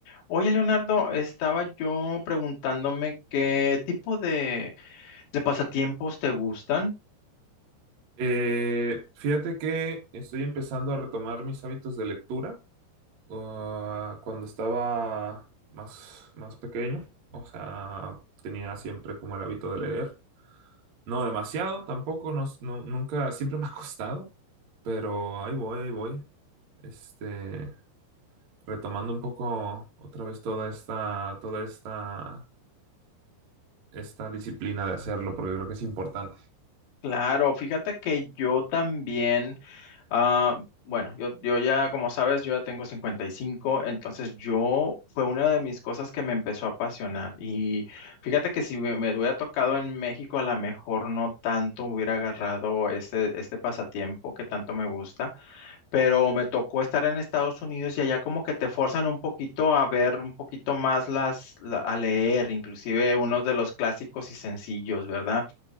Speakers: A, on the left; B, on the right.
A: Oye, Leonardo, estaba yo preguntándome qué tipo de, de pasatiempos te gustan.
B: Eh, fíjate que estoy empezando a retomar mis hábitos de lectura ah, cuando estaba más, más pequeño, o sea, tenía siempre como el hábito de leer. No demasiado, tampoco, no, no- nunca, siempre <laughs> me ha costado, pero ahí voy, ahí voy. Este, retomando un poco otra vez toda esta, toda esta, esta disciplina de hacerlo, porque creo que es importante.
A: Claro, fíjate que yo también. Ah, bueno, yo, yo ya, como sabes, yo ya tengo 55, entonces yo fue una de mis cosas que me empezó a apasionar. Y fíjate que si me, me hubiera tocado en México, a lo mejor no tanto hubiera agarrado este, este pasatiempo que tanto me gusta, pero me tocó estar en Estados Unidos y allá como que te forzan un poquito a ver un poquito más las, la- a leer, inclusive unos de los clásicos y sencillos, ¿verdad?